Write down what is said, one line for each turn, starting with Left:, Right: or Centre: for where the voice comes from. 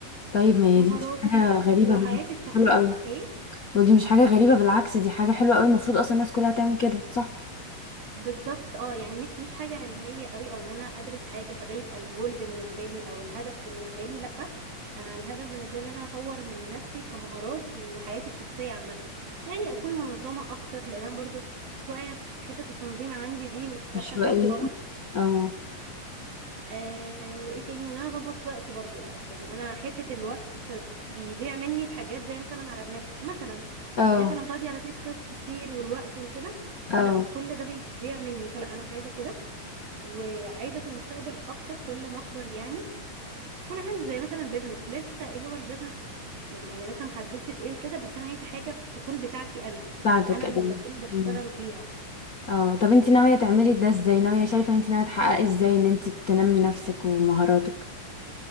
Left: طيب ما هي
Right: مهاراتي
Left: دي مش حاجه غريبه
Right: وحياتي
Left: بالعكس
Right: الشخصيه
Left: حلوه قوي
Right: ايه
Left: ودي مش حاجه غريبه بالعكس دي حاجه حلوه قوي المفروض اصلا الناس كلها تعمل كده صح
Right: بالظبط اه يعني مش مش حاجة علمية قوي او ان انا ادرس حاجة فده يبقى الجول بالنسبة لي او الهدف بالنسبة لي لا انا الهدف بالنسبة لي ان انا اطور من نفسي كمهارات وحياتي الشخصية عامة يعني اكون منظمة اكتر لان انا برضو شوية حتة التنظيم عندي دي مش
Left: مش
Right: احسن
Left: بقى
Right: حاجة خالص
Left: <laughs> اه
Right: آه وايه تاني وان انا اظبط وقتي برضو يعني انا حتة الوقت بيضيع مني في حاجات زي مثلا على النت مثلا
Left: اه
Right: يعني فلما تقعدي على تيك توك كتير والوقت وكده
Left: اه
Right: لا كل ده بيضيع مني فلا انا مش عايزة كده وعايزه في المستقبل اكتر كل ما اكبر يعني يكون عندي زي مثلا بيزنس لسه ايه هو البيزنس يعني انا لسه محددتش ايه وكده بس انا عايزه حاجه تكون بتاعتي انا
Left: بتاعتك
Right: انا
Left: ايوه
Right: اللي اكون بشتغل
Left: مم.
Right: بيها
Left: اه طب انت ناوية تعملي ده ازاي ناوية شايفة ان انت ناوية تحققي ازاي ان انت تنمي نفسك ومهاراتك